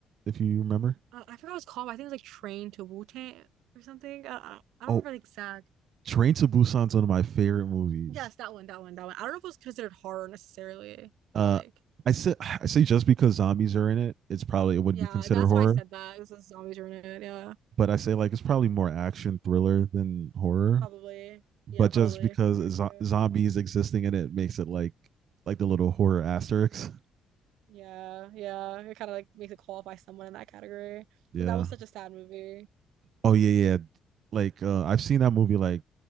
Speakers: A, on the right (about 60°); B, on the right (about 85°).
A: if you remember
B: I, I forgot what it's called. But I think it was like Train to Wu-Tang or something. I, I, I don't
A: oh
B: remember the exact.
A: train to busan's one of my favorite movies
B: Yes, that one, that one, that one. I don't know if it was considered horror necessarily,
A: uh
B: but like
A: I say I say just because zombies are in it, it's probably it would
B: yeah,
A: be considered
B: that's
A: horror.
B: why I said that. It was a zombies were in it. Yeah,
A: But I say like it's probably more action thriller than horror.
B: probably.
A: But
B: Yeah, probably.
A: just because
B: Actually.
A: zo- zombies existing in it makes it like like the little horror asterisk.
B: Yeah, yeah. It kind of like makes it qualify someone in that category.
A: Yeah.
B: But that was such a sad movie.
A: Oh yeah, yeah. Like uh, I've seen that movie like